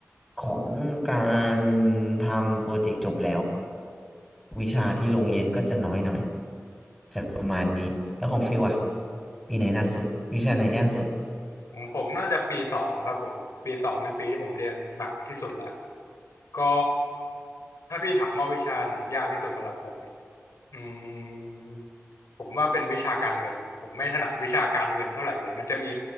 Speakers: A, in the centre; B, on the left.
A: ของการทำโปรเจกต์จบแล้ววิชาที่โรงเรียนก็จะน้อยหน่อยจะประมาณนี้แล้วของฟิวอ่ะ
B: ม
A: ปีไหนหนักสุดวิชาไหนยากสุด
B: ผมผมน่าจะปีสองครับผมปีสองเป็นปีที่ผมเรียนหนักที่สุดละก็ถ้าพี่ถามว่าวิชาไหนยากที่สุดสำหรับผมอืมผมว่าเป็นวิชาการเงินผมไม่ถนัดวิชาการเงินเท่าไหร่เลยมันจะมี